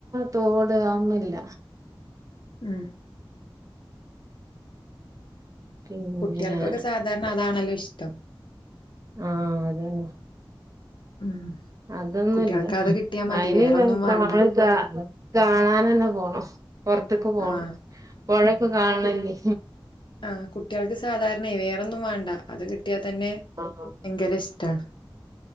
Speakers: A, on the right; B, on the left.
A: തോട് അതൊന്നുംല്ല
B: ഉം
A: പിന്നെ
B: കുട്ടികൾക്കൊക്കെ സാധാരണ അതാണല്ലോ ഇഷ്ടം
A: ആഹ അതന്നെ
B: ഉം
A: അതൊന്നുമില്ല
B: കുട്ടികൾക്ക് അത് കിട്ടിയാ മതി
A: അയിന്
B: വേറൊന്നും വേണ്ട
A: നമ്മള് കാ കാണൻ തന്നെ പോണം പുറത്തേക്ക് പോണം
B: ആഹ്
A: പൊഴൊക്കെ കാണണെങ്കി
B: കു ആ കുട്ടികൾക്ക് സാധാരണയ വേറൊന്നും വേണ്ട അത് കിട്ട യ തന്നെ
A: ആഹ്
B: ഭയങ്കര ഇഷ്ടമാണ്